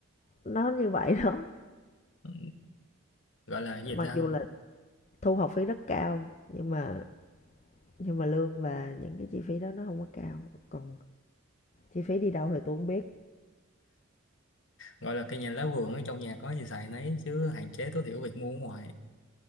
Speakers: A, on the left; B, on the left.
A: nó như vậy đó,
B: Ừ, gọi là cái gì
A: mặc
B: ta
A: dù là thu học phí rất cao nhưng mà nhưng mà lương và những cái chi phí đó nó không có cao còn chi phí đi đâu thì tôi không biết
B: gọi là cây nhà lá vườn ở trong nhà có gì xài nấy chứ hạn chế tối thiểu việc mua ở ngoài